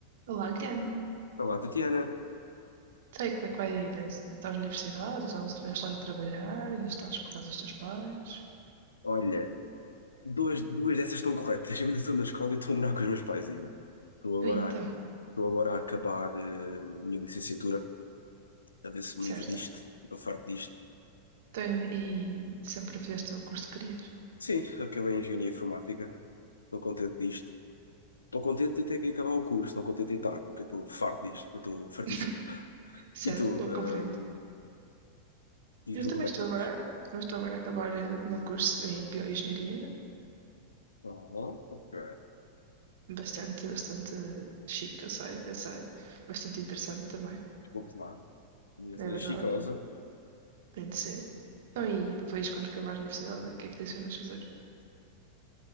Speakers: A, on the right; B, on the left.
A: Olá, Guilherme.
B: Olá, Tatiana.
A: Sei como é que vai a vida? Estás na universidade? Já, já estás a trabalhar? Ainda estás por causa dos teus pais?
B: Olha, duas, duas dessas estão corretas. <laughs> Eu ainda estou na escola e estou a morar com os meus pais ainda. Estou agora,
A: E então,
B: a- estou agora a acabar eh, a minha licenciatura, a ver se me
A: certo?
B: livro disto. Estou farto disto.
A: Então, e sempre fizeste o curso que querias?
B: Sim, acabei em Engenharia Informática. Estou contente disto. Estou contente de ter que acabar o curso, não contente em estar, porque eu estou farto disto. Eu estou fartíssimo.
A: <laughs> Certo,
B: E tu?
A: eu
B: eh,
A: compreendo.
B: e
A: Eu
B: tu,
A: também
B: como
A: estou
B: é que estás?
A: agora, também estou agora a acabar eh, o meu curso em bioengenharia,
B: Ah, ok.
A: bastante, bastante chique, eu sei, eu sei, bastante interessante também,
B: Desculpe lá. A minha toda
A: é verdade,
B: chicosa.
A: tem de ser. Então, e depois, quando acabares a universidade, o que é que tens de fazer?